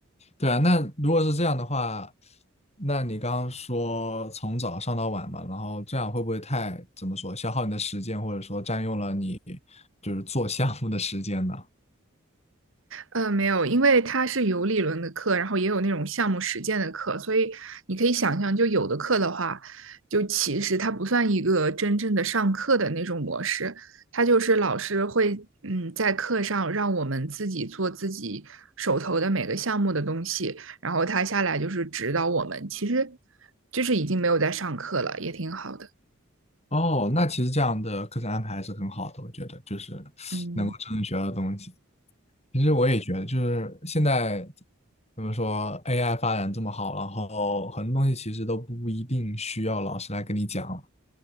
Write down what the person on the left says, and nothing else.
对啊。那如果是这样的话，那你刚刚说从早上到晚嘛，然后这样会不会太怎么说消耗你的时间，或者说占用了你就是做项目的时间呢？
哦，那其实这样的课程安排还是很好的，我觉得就是 <sniffs>
能够真正学到东西。其实我也觉得，就是现在怎么说，AI 发展这么好，然后很多东西其实都不一定需要老师来跟你讲了